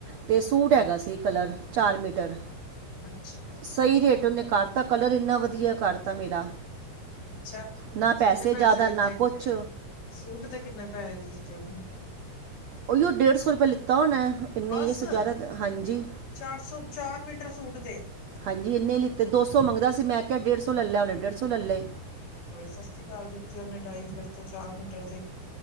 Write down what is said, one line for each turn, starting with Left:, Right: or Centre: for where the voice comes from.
Right: ਤੇ ਸੂਟ ਹੈਗਾ ਸੀ ਕਲਰ ਚਾਰ ਮੀਟਰ।
Left: ਅੱਛਾ।
Right: ਸਹੀ ਰੇਟ ਓਨੇ ਕਰਤਾ ਕਲਰ ਏਨਾ ਵਧੀਆ ਕਰਤਾ ਮੇਰਾ
Left: ਅੱਛਾ
Right: ਨਾ ਪੈਸੇ
Left: ਕਿੰਨੇ
Right: ਜਾਦਾ
Left: ਲਿੱਤੇ
Right: ਨਾ ਕੁਛ
Left: ਸੂਟ ਦੇ ਕਿੰਨੇ ਪੈਸਾ ਦਿੱਤੇ ਓਨੇ?
Right: ਓਈ ਓ ਡੇਢ ਸੌ ਰਪੇ ਲਿੱਤਾ ਹੋਨੈ ਇੰਨੇ
Left: ਬਸ
Right: ਈ ਇਸ ਤੋਂ ਜਾਦਾ ਹਾਂਜੀ।
Left: ਚਾਰ ਸੌ ਚਾਰ ਮੀਟਰ ਸੂਟ ਦੇ
Right: ਹਾਂਜੀ ਏਨੇ ਈ ਲਿਤੇ। ਦੋ ਸੌ ਮੰਗਦਾ ਸੀ ਮੈਂ ਕੇਆ ਡੇਢ ਸੌ ਲੈ ਲੈਣ, ਓਨੇ ਡੇਢ ਸੌ ਲੈ ਲਏ।
Left: ਬੜੀ ਸਸਤੀ ਕਰ ਦਿੱਤੀ ਓਨੇ ਡਾਈ ਫੇਰ ਤੇ ਚਾਰ ਮੀਟਰ ਦੀ।